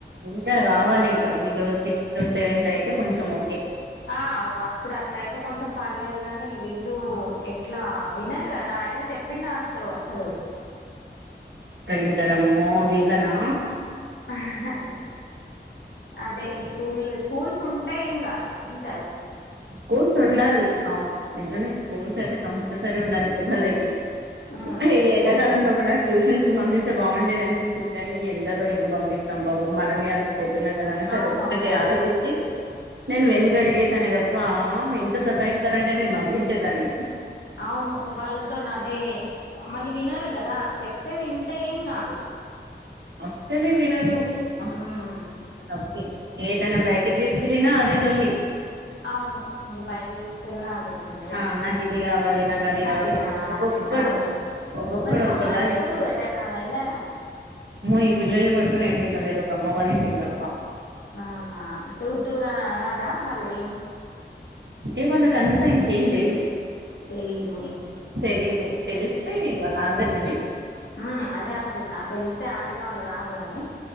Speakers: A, on the right; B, on the left.
A: ఇంకా కావాలింకా మీలో సిక్స్త్ సెవెన్త్ అయితే కొంచెం ఓకే
B: ఆ ఒ అప్పుడు అట్ల అయితే కొంచెం పర్లేదు గాని వీళ్ళు
A: ఆ
B: ఎట్లా వినరు గదా ఆయన చెప్పినట్టు అసలు
A: ఎక్కడింటారమ్మో వీళ్ళనా
B: అహ్హ్ అదే ఈ స్కూల్ స్కూల్స్ టే ఏంగాదు వింటరు
A: స్కూల్స్ ఉండాలి అవును నిజమే స్కూల్స్ అయితే కంపల్సరీ ఉండాలి పిల్లలకి
B: ఉమ్
A: అహ్ ఈ
B: స్కూల్స్
A: ఎండాకాలంలో గూడా ట్యూషన్స్ పంపి బాగుండేది అనిపించింది గని ఈ ఎండలో ఏం పంపిస్తాం బాబు మనమే అలసిపోతున్నాం కదా అనేసి
B: అవునవును
A: అది ఒక్కటి ఆలోచించి నేను వెనుక అడుగు వేసా వా ఇంత సతాయిస్తారంటే నేను పంపించేదాన్ని
B: అవును వాళ్ళతో అదే వినరు కదా చెప్తే వింటే ఏం గాదు
A: అసలే వినరు అ
B: ఉమ్
A: ఓకే ఏటన్న బయటికి తిసుకపోయినా అదేలొల్లి
B: అవును ఇంగ బయటికి తీసుకెళ్ళిన అదేలొల్లి
A: ఆ నాకు ఇది కావాలి నాకు అది కావాలి
B: అదే ఆ
A: ఒక్కొక్కడు
B: అద్ లె అవును
A: ఒక్కొక్కడు
B: మరి సమ్మర్
A: ఒక్కోలా
B: టూరు
A: చెప్తున్నారు
B: ఏటనై ఎల్లార
A: అమ్మో ఈ పిల్లల్ని పట్టుకొని ఎట్ వెళ్లలేదు లేదు ఒకమ్మ వాళ్ళింటికి తప్ప
B: అవునా టూర్ టూర్ అని అనరా వాళ్ళు ఏం
A: ఎ వాళ్ళకంతా ఇంకేం లేదు
B: తెలిదు
A: తెలీదు తెలిస్తే వాళ్లు ఆగరుగని
B: అ అదే అంటున్నా తెలిస్తే ఆగేవాళ్ళు కాదుకని